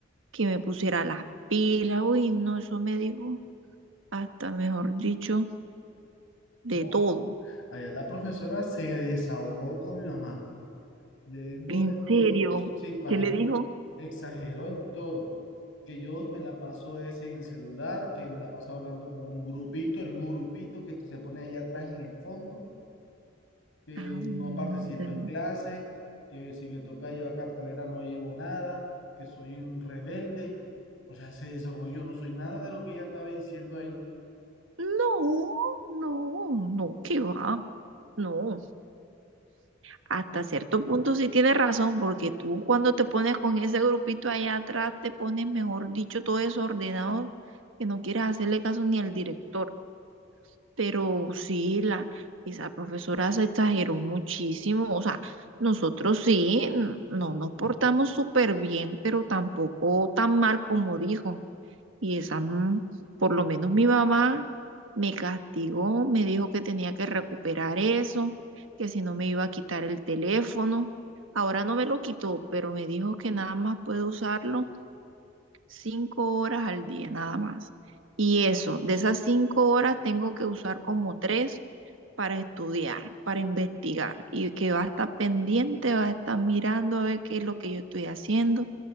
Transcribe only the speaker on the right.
que me pusiera las pilas. Uy, no, eso me dijo hasta, mejor dicho, de
todo.
¿En
serio?
¿Qué le
dijo?
Ándale.
No, no, no, qué va, no. Hasta cierto punto sí tienes razón, porque tú cuando te pones con ese grupito allá atrás, te pones, mejor dicho, todo desordenado, que no quieres hacerle caso ni al director. Pero sí, la, esa profesora se exageró muchísimo. O sea, nosotros sí, n- no nos portamos súper bien, pero tampoco tan mal como dijo. Y esa, mm, por lo menos mi mamá. me castigó, me dijo que tenía que recuperar eso, que si no me iba a quitar el teléfono. Ahora no me lo quitó, pero me dijo que nada más puedo usarlo cinco horas al día, nada más. Y eso, de esas cinco horas tengo que usar como tres para estudiar, para investigar, y que va a estar pendiente, va a estar mirando a ver qué es lo que yo estoy haciendo,